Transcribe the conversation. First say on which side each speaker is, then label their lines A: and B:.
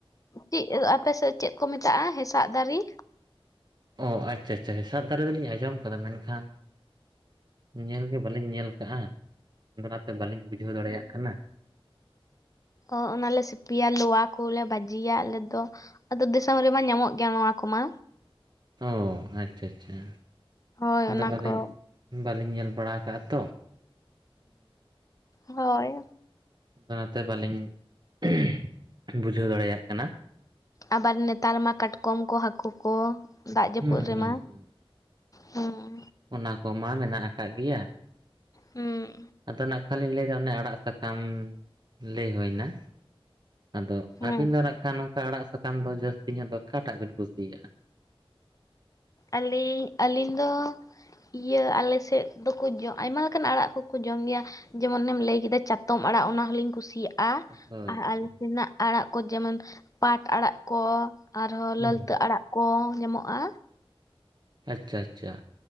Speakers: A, on the left; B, on the right.
A: ᱪᱮᱜ ᱟᱯᱮ ᱥᱮᱜ ᱪᱮᱜ ᱠᱚ ᱢᱮᱛᱟᱜᱼᱟ ᱦᱮᱸᱥᱟᱜ ᱫᱟᱨᱤ
B: ᱚ ᱟᱪᱷᱟ ᱟᱪᱷᱟ ᱦᱮᱸᱥᱟᱜ ᱫᱟᱨᱮ ᱫᱚᱞᱤᱧ ᱟᱸᱡᱚᱢ ᱠᱟᱫᱟ ᱢᱮᱱ ᱠᱷᱟᱱ ᱧᱮᱞᱜᱮ ᱵᱟᱹᱞᱤᱧ ᱧᱮᱞ ᱠᱟᱜᱼᱟ ᱫᱚ ᱚᱱᱟ ᱛᱮ ᱵᱟᱞᱤᱧ ᱵᱩᱡᱷᱟᱹᱣ ᱫᱟᱲᱮᱭᱟᱜ ᱠᱟᱱᱟ᱾
A: ᱚ ᱚᱱᱟ ᱞᱮ ᱥᱤᱯᱤᱭᱟ, ᱞᱚᱣᱟ ᱠᱚ ᱞᱮ ᱵᱷᱟᱹᱡᱤᱭᱟ ᱟᱞᱮ ᱫᱚ᱾ ᱟᱫᱚ ᱫᱤᱥᱚᱢ ᱨᱮᱢᱟ ᱧᱟᱢᱚᱜ ᱜᱮᱭᱟ ᱱᱚᱣᱟ ᱠᱚᱢᱟ᱾
B: ᱚ ᱟᱪᱪᱷᱟ ᱟᱪᱪᱷᱟ
A: ᱦᱳᱭ
B: ᱟᱫᱚ
A: ᱚᱱᱟ
B: ᱵᱟᱞᱤᱧ
A: ᱠᱚ
B: ᱵᱟᱞᱤᱧ ᱧᱮᱞ ᱵᱟᱲᱟ ᱠᱟᱜᱼᱟ ᱛᱚ᱾
A: ᱦᱳᱭ
B: ᱚᱱᱟᱛᱮ ᱵᱟᱞᱤᱧ <inaudible> ᱵᱩᱡᱷᱟᱹᱣ ᱫᱟᱲᱮᱭᱟᱜ ᱠᱟᱱᱟ᱾
A: ᱟᱵᱟᱨ ᱱᱮᱛᱟᱨ ᱢᱟ ᱠᱟᱴᱠᱚᱢ ᱠᱚ ᱦᱟᱠᱩ ᱠᱚ ᱫᱟᱜ ᱡᱟᱹᱯᱩᱫ
B: ᱦᱩᱸ
A: ᱨᱮᱢᱟ᱾
B: ᱦᱩᱸ ᱦᱩᱸ
A: ᱦᱩᱸ
B: ᱚᱱᱟ ᱠᱚᱢᱟ ᱢᱮᱱᱟᱜ ᱟᱠᱟᱜ ᱜᱮᱭᱟ,
A: ᱦᱩᱸ
B: ᱟᱫᱚ ᱱᱟ ᱠᱷᱟᱱ ᱞᱤᱧ ᱞᱟᱹᱭᱮᱫᱟ ᱚᱱᱮ ᱟᱲᱟᱜ ᱥᱟᱠᱟᱢ ᱞᱟᱹᱭ ᱦᱩᱭᱱᱟ ᱟᱫᱚ
A: ᱦᱩᱸ
B: ᱟᱹᱵᱤᱱ <unintelligible> ᱠᱷᱟᱱ ᱱᱚᱝᱠᱟ ᱟᱲᱟᱜ ᱥᱟᱠᱟᱢ ᱫᱚ ᱡᱟᱹᱥᱛᱤ ᱧᱚᱜ ᱫᱚ ᱚᱠᱟᱴᱟᱜ ᱵᱤᱱ ᱠᱩᱥᱤᱭᱟᱜᱼᱟ?
A: ᱟᱹᱞᱤᱧ, ᱟᱹᱞᱤᱧ ᱫᱚ ᱤᱭᱟᱹ ᱟᱞᱮ ᱥᱮᱫ ᱫᱚᱠᱚ ᱡᱚᱢ ᱟᱭᱢᱟ ᱞᱮᱠᱟᱱ ᱟᱲᱟᱜ ᱠᱚᱠᱚ ᱡᱚᱢ ᱜᱮᱭᱟ᱾ ᱡᱮᱢᱚᱱ ᱮᱢ ᱞᱟᱹᱭ ᱠᱮᱫᱟ ᱪᱟᱛᱚᱢ ᱟᱲᱟᱜ ᱚᱱᱟ ᱦᱚᱞᱤᱧ ᱠᱩᱥᱤᱭᱟᱜ- ᱟ,
B: ᱦᱳᱭ
A: ᱟᱨ
B: ᱦᱳᱭ
A: ᱟᱞᱮ ᱥᱮᱱᱟᱜ ᱟᱲᱟᱜ ᱠᱚ ᱡᱮᱢᱚᱱ ᱯᱟᱴ ᱟᱲᱟᱜ ᱠᱚ ᱟᱨᱦᱚᱸ
B: ᱦᱩᱸ
A: ᱞᱟᱹᱞᱛᱟᱹ ᱟᱲᱟᱜ ᱠᱚ ᱧᱟᱢᱚᱜᱼᱟ᱾
B: ᱟᱪᱪᱷᱟ ᱟᱪᱪᱷᱟ,